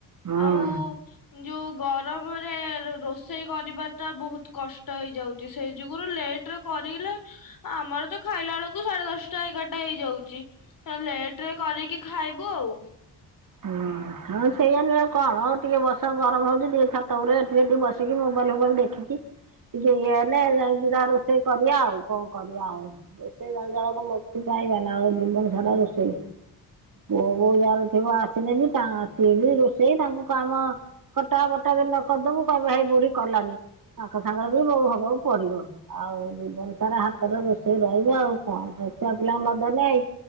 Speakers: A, on the right; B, on the left.
A: ହଁ
B: ଆଉ ଯୋଉ ଗରମରେ ରୋଷେଇ କରିବା ଟା ବହୁତ କଷ୍ଟ। ହେଇଯାଉଛି ସେଇ ଯୁଗରୁ ଲେଟ ରେ କରିଲେ ଆମର ତ ଖାଇଲା ବେଳକୁ ସାଢେ ଦଶଟା ଏଗାରଟା ହେଇଯାଉଛି। ଲେଟରେ କରିକି ଖାଇବୁ ଆଉ।
A: ହୁଁ ହଁ ସେଇଆ ନୁହଁ କଣ ଆଉ ଟିକେ ବସ ଗରମ ହଉଛି ଟିକେ ଛାତ ଉପରେ ଏଠିକି ଏଠି ବସିକି ମୋବାଇଲ ଫୋବାଇଲ ଦେଖିକି ଟିକେ ଇଏ ହେଲେ ଯାଇକୀ ରୋଷେଇ କରିବା ଆଉ କଣ କରିବା ଆଉ। ରୋଷେଇ ସଞ୍ଚାଳରୁ ମୁକ୍ତି ପାଇବ ନା ଆଉ ଜୀବନ ସାରା ରୋଷେଇ। ପୁଅ ବୋଉ ଯାର ଥିବ ଆସିଲେ ବି ତା ସିଏ ବି ରୋଷେଇ ତାଙ୍କୁ କାମ କଟା ବଟା ନ କରିଦବୁ କହିବେ ହେ ବୁଢୀ କଲାନି ତାଙ୍କ ସାଙ୍ଗରେ ବି ବୋଉ ହବାକୁ ପଡିବ। ଆଉ ଜୀବନ ସାରା ହାତରେ ରୋଷେଇ ରହିବ ଆଉ କଣ ଛୁଆ ପିଲାଙ୍କୁ ନ ଧରିଲେ ଏ